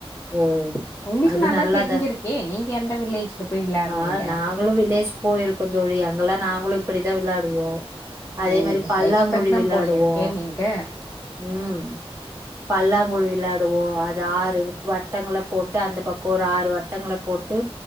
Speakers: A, on the right; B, on the left.
A: ஓ
B: உங்களுக்கு
A: அது
B: நல்லா
A: நல்லத
B: தெரிஞ்சிருக்கே நீங்க எந்த வில்லேஜ்ல போய் விளாடுனீங்க
A: ஆஹ் நாங்களும் வில்லேஜ் போயிருக்கோம் தோழி அங்கல்லாம் நா நாங்களும் இப்டிதான் விளாடுவோம் அதே
B: ஓ
A: மாரி பல்லாங்குழி
B: எக்ஸ்பர்ட் தா
A: விளாடுவோம்
B: போல இருக்கே நீங்க
A: உம் பல்லாங்குழி விளாடுவோம் அது ஆறு வட் வட்டங்கள போட்டு அந்த பக் ஒரு ஆறு வட்டங்கள போட்டு